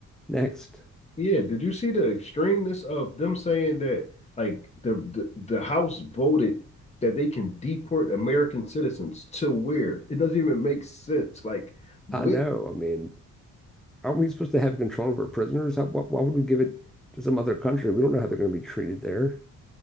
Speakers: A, in the centre; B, on the left.
A: Next,
B: yeah. Did you see the extremeness of them saying that like the the, the House voted that they can deport American citizens to where it doesn't even make sense. Like what?
A: I know. I mean, aren't we supposed to have control of our prisoners? How, why, why would we give it to some other country? We don't know how they're going to be treated there.